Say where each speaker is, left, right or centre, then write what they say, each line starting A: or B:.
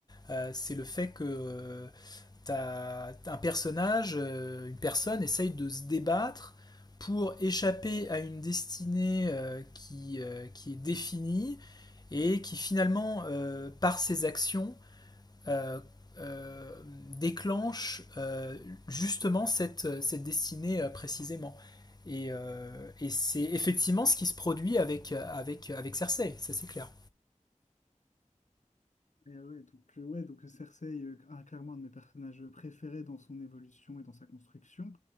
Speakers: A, on the left; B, on the left.
A: euh, c'est le fait que euh, t'as un personnage, euh, une personne essaye de se débattre pour échapper à une destinée euh, qui, euh, qui est définie et qui finalement, euh, par ses actions, euh, euh, déclenche euh, justement cette, cette destinée euh, précisément. Et, euh, et c'est effectivement ce qui se produit avec, avec, avec Cersei, ça c'est clair.
B: Et ouais, donc, euh, ouais, donc Cersei, euh, ah, clairement un de mes personnages préférés dans son évolution et dans sa construction.